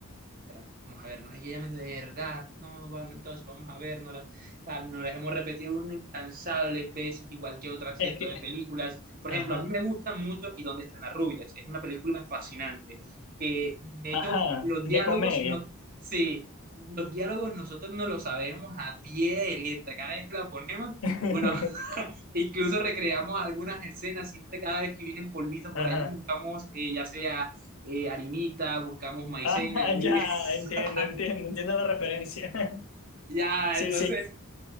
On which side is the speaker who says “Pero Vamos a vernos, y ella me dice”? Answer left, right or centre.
Right